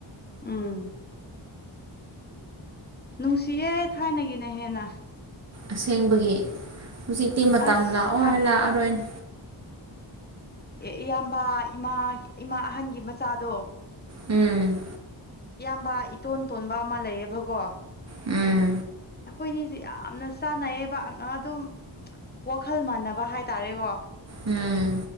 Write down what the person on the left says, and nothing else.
ꯎꯝ ꯅꯨꯡꯁꯤꯌꯦ ꯊꯥꯏꯅꯒꯤꯅ ꯍꯦꯟꯅ
ꯑꯁ
ꯑꯦ ꯏꯌꯥꯝꯕ ꯏꯃꯥ ꯏꯃꯥ ꯑꯍꯟꯒꯤ ꯃꯆꯥꯗꯣ
ꯏꯌꯥꯝꯕ ꯏꯇꯣꯟ ꯇꯣꯟꯕ ꯑꯃ ꯂꯩꯌꯦꯕꯀꯣ
ꯑꯩꯈꯣꯏꯅꯤꯁꯦ ꯌꯥꯝꯅ ꯆꯥꯅꯩꯌꯦꯕ ꯑꯡ ꯑꯗꯨꯝ ꯋꯥꯈꯜ ꯃꯥꯟꯅꯕ ꯍꯥꯏꯇꯥꯔꯦꯀꯣ